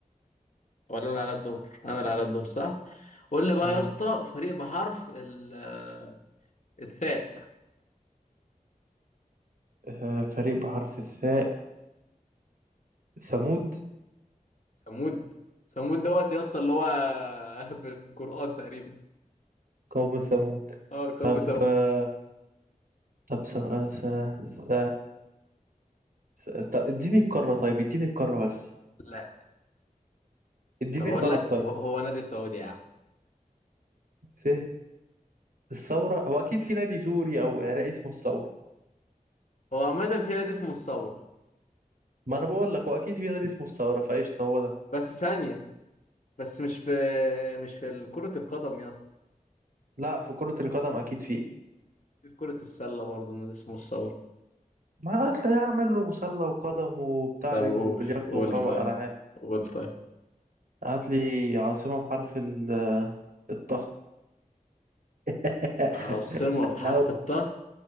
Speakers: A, on the left (about 55°); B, on the right (about 70°).
A: ولا انا على الدور انا اللي على الدور صح قول لي بقى
B: مم.
A: يا اسطى فريق بحرف ال آه، الثاء
B: آه، فريق بحرف الثاء ثمود
A: ثمود ثمود دوت يا اسطى اللي هو <laughs> في في القرآن تقريبا
B: قوم ثمود
A: اه قوم
B: طب
A: ثمود
B: آه، طب س... س... س... س... طب اديني القارة طيب اديني القارة بس
A: لا
B: اديني
A: طب اقول
B: البلد
A: لك
B: طيب
A: هو, هو نادي سعودي يا عم
B: ف الثورة هو أكيد في نادي سوري أو عراقي اسمه الثورة
A: هو عامة في نادي اسمه الثور
B: ما أنا بقول لك هو أكيد في نادي اسمه الثورة فقشطة هو ده
A: بس ثانية بس مش في مش في كرة القدم يا اسطى
B: لا في كرة القدم أكيد في
A: في كرة السلة برضه نادي اسمه الثور
B: ما هتلاقي أعمل له مسلة وقدم وبتاع
A: طب
B: بينج
A: قول
B: وبلياردو
A: قول
B: ومروق
A: طيب
B: على حالي
A: قول طيب
B: هات لي عاصمة بحرف ال الطه <laughs>
A: عاصمة
B: سهلة
A: بحرف
B: أوي
A: الطاء